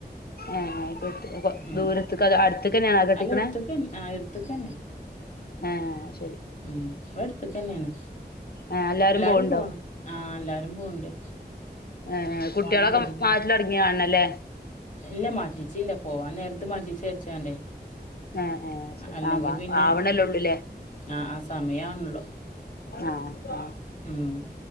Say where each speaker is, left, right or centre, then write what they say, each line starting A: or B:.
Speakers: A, on the left (about 65°); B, on the left (about 50°).
A: ഏഹ് കെട് കൊ
B: ഉം
A: ദൂരത്ത്ക്കാെ അതാേ അട്ത്ത്ക്കെന്ന്യാണാേ കെട്ടിക്ക്ണേ
B: അല്ല എടുത്ത്ക്ക് ആഹ് എടുത്ത്ക്കന്നെ
A: ആഹ്
B: ഉം ഇബട്ത്ത്ക്കെന്ന്യാണ്
A: ഏ
B: എല്ലാരും
A: പോവ്ണ്ടോ
B: പോണം ആഹ് എല്ലാരും പോവ്ണ്ട്
A: ഏഹ് ഏഹ് കുട്ട്യാളൊക്കെ
B: പോണം കരുത്ണ്
A: മാറ്റലാെട്ങ്ങി കാൺണം ല്ലേ
B: ഇല്ല മാറ്റിച്ചില്ല പോവാൻ നേര്ത്ത് മാറ്റിച്ചാര്ച്ചാണ്ടേ
A: ഏ ഏ ശരി
B: അല്ലെങ്കിപിന്നെ
A: ആ വാ ആവണല്ലേള്ളൂല്ലേ
B: ആഹ് ആഹ് സമയാവ്ണ്ള്ളൂ
A: ആഹ് ആഹ്
B: ഉം